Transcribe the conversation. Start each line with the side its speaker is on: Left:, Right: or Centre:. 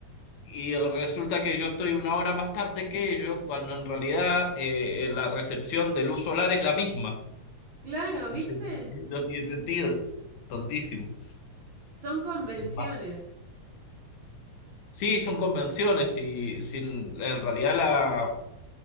Left: y resulta que yo estoy una hora más tarde que ellos, cuando en realidad eh, la recepción de luz solar es la misma.
Right: Claro,
Left: Entonces,
Right: ¿viste?
Left: <laughs> no tiene sentido, tontísimo.
Right: Son convenciones.
Left: Es más, Sí, son convenciones y sin, en realidad la,